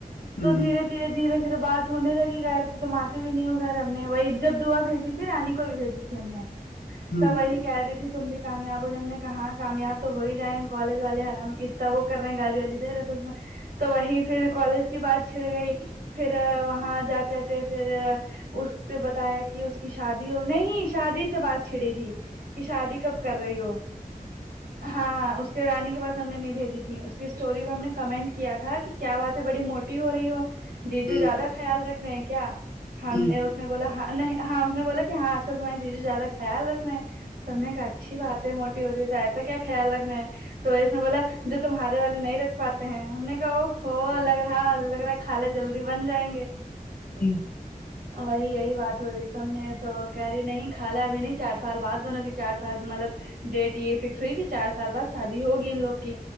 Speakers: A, on the left; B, on the right.
A: ہوں
B: تو دھیرے دھیر دھیرے دھیرے بات ہونے لگی گیر تھی توم آتے بھی نہیں ہو گئے ہم نے وہی جب دعا بھیجی تھی پھر رانی کو بھیجی تے ہم نے
A: ہوں
B: تو وہی کہہ رہی تھی تم بھی کامیاب ہو ج ہم نے کہا کامیاب تو ہو ہی جائیں کالج والے حرام وہ کر رہے ہیں گالی والی دے رہے تھا میں تو وہی پھر کالج کی بات چھڑ گئی پھر وہاں جاتے آتے پھر اس نے بتایا کہ اس کی شادی ہو نہیں شادی سے بات چھڑی تھی کہ شادی کب کر رہی ہو ہاں اس کے رانی کے پاس ہم نے نہیں بھیجی تھی اس کی اسٹوری میں ہم نے کمنٹ کیا تھا کہ کیا بات ہے بڑی موٹی ہو رہی ہو جی جو
A: ہوں
B: زیادہ خیال رکھ رہے ہیں کیا ہم
A: ہوں
B: نے اس نے بولا ہاں نہیں ہاں اس نے بولا کہ ہاں آج کل تمہاری چیزیں زیادہ خیال رکھے ہیں تم کہ اچھی بات ہے موٹی ہو رہی ہو تو ایسا کیا خیال رکھنا ہے تو ویس نے بولا جو تمہارے والے نہیں رکھ پاتا ہم نے کہا وہ ہو لگ رہا لگ رہا ہے کالا جلدی بن جائیں گے
A: جی
B: وہی یہی بات ہو رہی تم نے تو کری نہیں کاا بھی نہیں چار سال بعد بنو گ چار سال مطلب ڈیٹ یہ فکس ہوئی کہ چار سال بعد شادی ہوگی ان لوگ کی